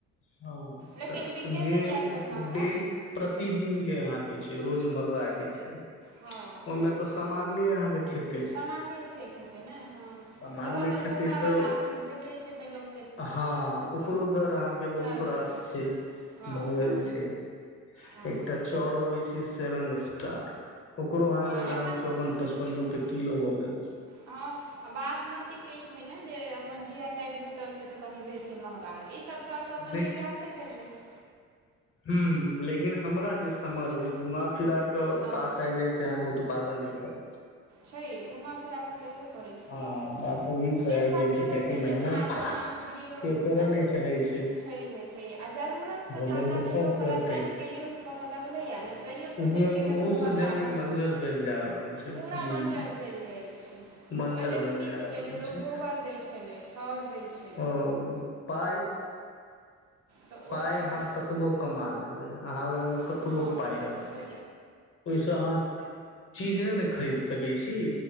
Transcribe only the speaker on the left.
हँ,
तऽ
जे
डेली प्रतिदिनके हाथ। के छै, रोजमर्राके छै।
ओहिमे तऽ सामान्ये अहाँके खेतै
सामान्य
खेतै
तऽ
हँ ओकरो दर अहाँके बहुत
रास छै भऽ
गेल
गेल छै
एकटा चौर अबै छै सेवन स्टार ओकरो अहाँके
दाम
चौवन पचपन रुपैए किलो भऽ गेल छै
छै
हूंम्म लेकिन हमरा जे समझ
य घुमा फिरा के
बात आबि जाय छै अहाँकेत उत्पादने पर
हँ
बात ओहि पर
आबि
जाइ
कियाकि
मेहनत
केओ
करऽ
नहि चाहै छै
भोजन
तऽ
सब
करतै
उपयोग
ओहो
से जमीन
बंजर भेल जा रहल छै ह
बंजर
भेल
जा
रहल
छै
ओ पाई
पाइ
अहाँ कतबो कमा लेबै अहाँ लगमे
कतबो पाइ रहत
ओहिसँ अहाँ चीज नहि ने खरीद सकै छी